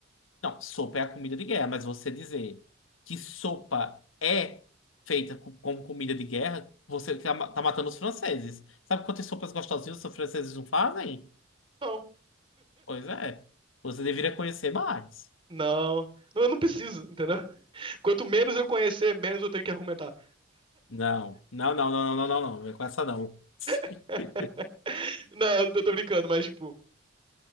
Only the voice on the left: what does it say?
Não, sopa é a comida de guerra, mas você dizer que sopa é feita co- como comida de guerra, você tá, ma- tá matando os franceses. Sabe quantas sopas gostosinhas os franceses não fazem?
Pois é. Você deveria conhecer mais.
Não, não, não, não, não, não, não, não. Não é com essa, não. <laughs>